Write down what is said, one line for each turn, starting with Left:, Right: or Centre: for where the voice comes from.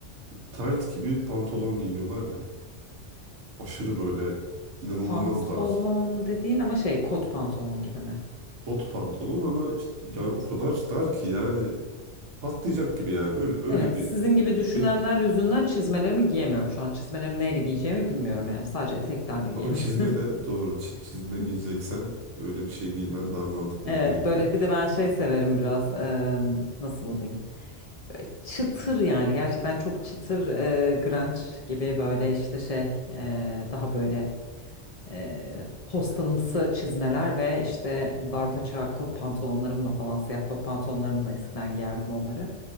Right: tight gibi pantolon giyiyorlar ya. aşırı böyle inanılmaz
Left: Pantolon
Right: dar.
Left: dediğin ama şey kot pantolon gibi mi?
Right: Kot pantolon ama işte yani
Left: Evet.
Right: o kadar dar ki yani patlayacak
Left: Hı.
Right: gibi yani öyle öyle
Left: Evet,
Right: bir
Left: sizin
Right: e,
Left: gibi düşünenler
Right: ve
Left: yüzünden çizmelerimi giyemiyorum şu an. Çizmelerimi neyle giyeceğimi bilmiyorum yani. Sadece eteklerle giyebilirim.
Right: ama çizme de doğru çi- çizme
Left: <laughs>
Right: giyeceksen öyle bir şey giymen daha mantıklı
Left: Evet,
Right: oluyor gibi.
Left: böyle bir de ben şey severim biraz. eee, nasıl diyeyim? Böyle Çıtır yani gerçekten çok çıtır eee grunge gibi böyle işte şey eee, daha böyle e, postalımsı çizmeler ve işte darpaça kot pantolonlarımla falan siyah kot pantolonlarımla eskiden giyerdim onları.